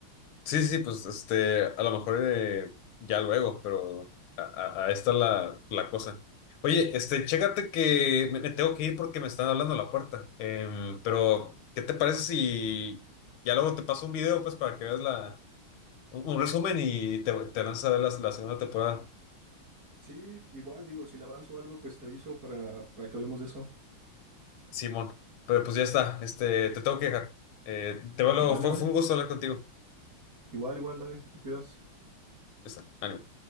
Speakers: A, on the left (about 85°); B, on the right (about 45°).
A: Sí, sí, pues este, a lo mejor eh, ya luego, pero a, a, a esta la, la cosa. Oye, este, chécate que me, me tengo que ir porque me están hablando a la puerta. Em, pero, ¿qué te parece si ya luego te paso un video, pues, para que veas la, un, un resumen y te, te lanzas a ver la, la segunda temporada,
B: Sí, igual, digo, si la avanzo o algo, pues te aviso para, para que hablemos de eso.
A: Simón? Pero pues ya está, este, te tengo que dejar. Eh, te veo luego,
B: Dale,
A: fue,
B: dale,
A: fue un gusto hablar contigo. Ya
B: igual, igual, dale, te cuidas.
A: está, ánimo.